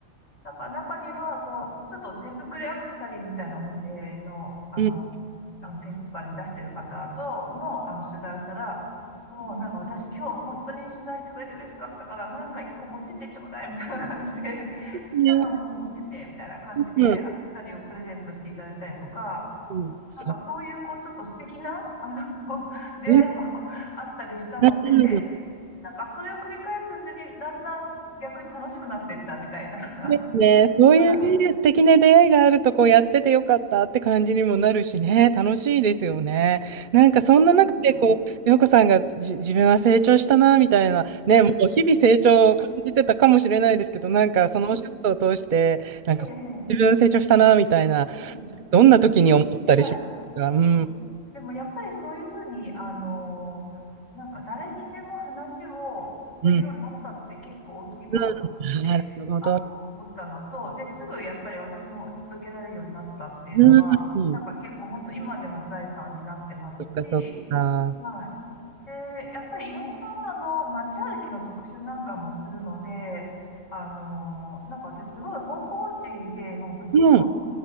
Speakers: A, on the left; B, on the right.
A: なんか中には、こう、ちょっと手作りアクセサリーみたいなお店の、あの、
B: うん。
A: あのフェスティバルに出してる方との、あの、取材をしたら、もうなんか私今日本当に取材してくれて嬉しかったから、なんか一個持ってってちょうだいみたいな感じで、<laughs> 好きなのもう持ってってみたいな感じで、
B: ね、うん、
A: アクセサリーをプレゼントしていただいたりとか、
B: うん、そう、
A: なんかそういう、こう、ちょっと素敵な、あの、<laughs> 出会いも
B: いいね
A: <laughs> あったりしたので、
B: うん、
A: なんかそれを繰り返すうちに、だんだん逆に楽しくなっていったみたいな。<laughs>
B: ですね、そういうね、
A: はい。
B: 素敵な出会いがあると、こうやっててよかったって感じにもなるしね、楽しいですよね。なんかそんな中で、
A: そうなんですよ
B: こう、洋子さんがじ自分は成長したな、みたいな、ね、
A: はい。
B: もう日々成長を感じてたかもしれないですけど、
A: はい。
B: なんかそのお仕事を通して、
A: え
B: なんか自分成長したな、
A: ええええ
B: みたいな、
A: えええ
B: どんな時に思ったりしますかうん、
A: あはい。うんでもやっぱりそういうふうに、あのーなんか誰にでも話を聞けるようになったって結構大きいことだなって、
B: うん、うん、なるほど。
A: あの、思ったのと、で、すぐやっぱり私も打ち解けられるようになったっていうのは、
B: うん、
A: なんか結構本当今でも財産になってますし、
B: そっかそっか。
A: はい。で、やっぱりいろんな、あの、街歩きの特集なんかもするので、あのなんか私すごい方向音痴で、もうず、
B: うん
A: もう